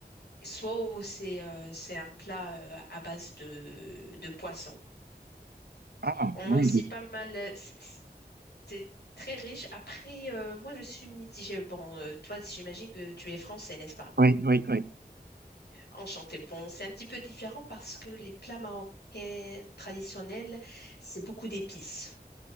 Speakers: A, on the left; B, on the right.
A: Soit au- c'est euh, c'est un plat euh, à base de, de poisson.
B: Ah,
A: On
B: oui,
A: a aussi pas mal, euh, c'est c'est très riche. Après, euh, moi je suis mitigée. Bon, euh, toi j'imagine que tu es français, n'est-ce pas?
B: oui, oui, oui.
A: Enchanté. Bon, c'est un petit peu différent parce que les plats marocains traditionnels, c'est beaucoup d'épices.